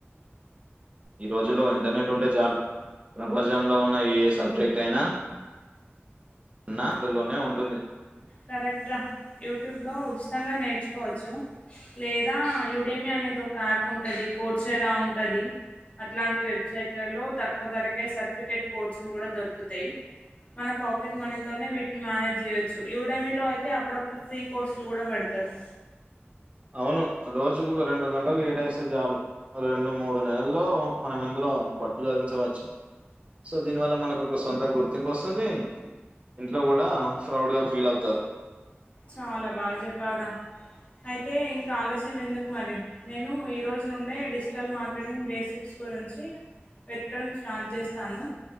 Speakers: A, on the right; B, on the left.
A: ఈ రోజుల్లో ఇంటర్నెట్ ఉంటే చాలు ప్రపంచంలో ఉన్న ఏ సబ్జెక్ట్ అయినా <unintelligible> ఉంటుంది
B: కరెక్ట్ రా యూట్యూబ్లో ఉచితంగా నేర్చుకోచ్చు లేదా యూడెమీ అనేది ఒక యాప్ ఉంటది <unintelligible> ఉంటది అట్లాంటి వెబ్సైట్లలో తక్కువ ధరకే సర్టిఫికేట్ కోర్సులు కూడా దొరుకుతాయి మన పాకెట్ మనీతోనే వీటిని మేనేజ్ చేయొచ్చు యూడెమీలో అయితే అప్పుడప్పుడు ఫ్రీ కోర్సులు కూడా పెడతారు
A: అవును రోజుకు ఒక రెండు గంటలు కేటాయిస్తే చాలు రెండు మూడు నెలల్లో మనం ఇందులో పట్టు సాధించవచ్చు సో దీని వల్ల మనకు ఒక సొంత గుర్తింపు వస్తుంది ఇంట్లో కూడా ప్రౌడ్ గా ఫీల్ అవుతారు
B: చాలా బా చెప్పావ్ రా అయితే ఇంకా ఆలస్యం ఎందుకు మరి నేను ఈరోజు నుండే డిజిటల్ మార్కెటింగ్ బేసిక్ స్ గురించి వెతకడం స్టార్ట్ చేస్తాను